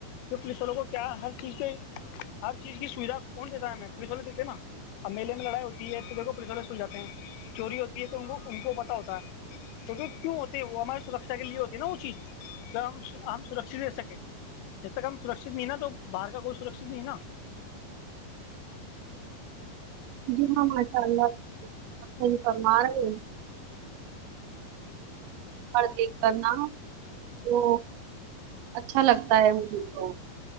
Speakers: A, on the left (about 85°); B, on the right (about 85°).
A: توھر پولیس والوں کو کیا ہر چیز کے ہر چیز کی سویدھا کون دیتا ہے ہمیں پولیس والےدیتے ہےنا اب میلے میں لڑائی ہوتی ہے تو دیکھو پولیس والے سل جاتے ہیں چوری ہوتی ہے تو ان کو ان کو پتا ہوتا ہے تو کیوں ہوتے وہ ہمارے سورکشا کے لیے ہوتے نا وہ چیز ہم ہم سورکشت رہ سکتے جب تک ہم سورکشت نہیں نا تو باہر کا کوئی سورکشت نہیں نا
B: جی ہاں ماشاء اللہ آپ سہی فرما رھے دیکھ کرنا تو اچھا لگتا ہے مجھے تو